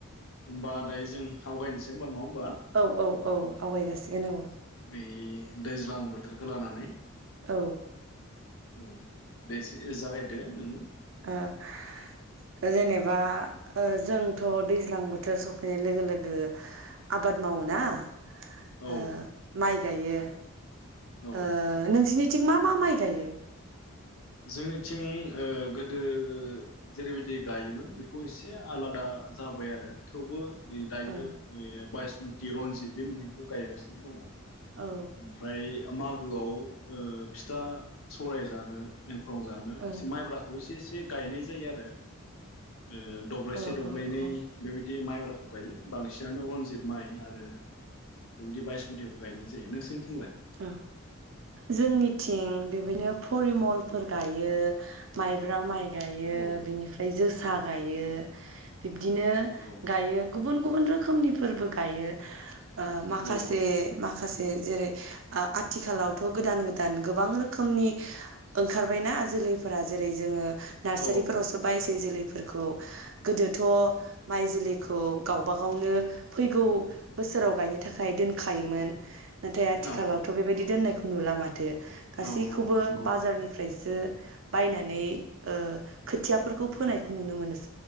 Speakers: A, on the left; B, on the right.
A: होमबा दायो जों आवगायनोसै होनबा नंङा
B: औ औ औ आवगाय जाासिगोन औ।
A: ओइ दैज्लां बोथोरखो लानानै
B: औ
A: औ बेसे जागायदो नोंङो
B: ओ जेनेबा ओ जोंथ' दैज्लां बोथोर सफैनाय लोगो-लोगो आबाद मावो ना। ओ
A: औ
B: माइ माय गायो।
A: औ
B: ओ नोंसिनि थिं मा मा माइ गायो?
A: जोंनिथिं ओ गोदो जेरैबायदि गायोमोन बेखौ एसे आलादा जाबाय आरो थेवबो दायो
B: औ
A: ओ बायस मथि रनजित बे मोननैखौ गायगासिनो दंङ।
B: औ
A: ओमफ्राय मागोआव ओ फिथा सौवराइ जानो गाव जानो
B: ओ
A: एसे माइब्राखौ एसे बे गायनाय जायो आरो ओ दब्लायसे
B: औ
A: दब्लायनै
B: औ औ
A: बेबायदि माइब्राखौ गायो बांसिनानो रनजित माइ आरो बेबादि बाइसमुथिखौ गायनाय जा जायो नोंसोरनिथिं
B: ओ जोंनिथिं बेबायदिनो फरिमलफोर गायो माइब्रा माइ गायो
A: औ
B: बिनिफ्राय जोसा गायो
A: औ
B: बिदिनो
A: औ
B: गायो गुबुन गुबुन रोखोमनि फोरबो गायो। ओ माखासे
A: औ
B: माखासे जेरै ओ आथिखालावथ गोदान गोदान गोबां रोखोमनि ओंखारबायना जोलैफोरा जेरै जोंङो नारचारिफोरावसो
A: औ
B: बायसै जोलैफो फोरखौ गोदोथ माइ जोलैखौ गावबा गावनो फैगौ बोसोराव गायनो थाखाय दोनखायोमोन।
A: औ
B: खालावथ'
A: औ
B: बेबायदि दोननायखौ नुला माथ थो गासैखौबो
A: औ औ नंगौ
B: बाजारनिफ्रायसो बायनानै ओ खोथियाफोरखौ फोनायखौ नुनो मोनोस